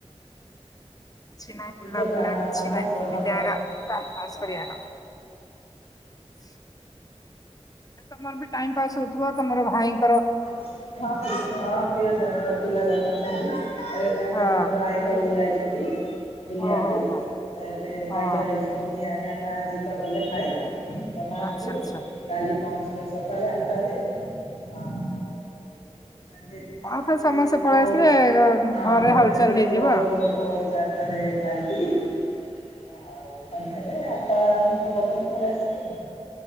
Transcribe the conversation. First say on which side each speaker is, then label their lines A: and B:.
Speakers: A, on the left; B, on the left.
A: କିଛି ନହିଁ
B: ନିଜ
A: ବୁଲା
B: କା-
A: ବୁଲା କିଛି
B: କାମ
A: ନହିଁ
B: ସରିଲା
A: ଏମିତି
B: ପରେ
A: ଆକା ଟାଇମ ପାସ୍
B: ହଁ
A: କରିବା କଥା। <inaudible> <unintelligible> ତମର ବି ଟାଇମ ପାସ ହଉଥିବ ତମର ଭାଇ ଙ୍କର
B: ହଁ ହଁ ପ୍ରିୟ ଯା ପିଲା ଯାକ ଅଛନ୍ତି। ଏବେ ତାଙ୍କେ
A: ହଁ
B: ତାଙ୍କର ଆଈ ଘରକୁ ଯାଇ ଅଛନ୍ତି। ବୁଲିବାକୁ
A: ଓହୋ ହୋ
B: ଏବେ ଭାଇ
A: ହଁ
B: ଜାଇଛନ୍ତି ଆଣିବାକୁ ତ ଗଲେ ଭାଇ। <unintelligible>
A: ଆଚ୍ଛା ଆଚ୍ଛା
B: ସକାଳେ ଆଠଟାରେ ଆଉ ସେ ଦିନେ
A: ଆଉ
B: ତାକେ
A: ଥରେ ସମସ୍ତେ ପଳେଇ
B: ଭୋର
A: ଆସିଲେ ଘରେ
B: ପଳେଇ
A: ହଲଚଲ
B: ଆସିବେ
A: ହେଇଯିବ
B: ଭୋର
A: ଆଉ
B: ଭୋର ଚାରିଟାରେ ଭାରିକି ଆଉ ସନ୍ଧ୍ୟାରେ ଆଠଟା ନଅଟା ପର୍ଯ୍ୟନ୍ତ ପଳେଇ ଆସିବେ। <inaudible>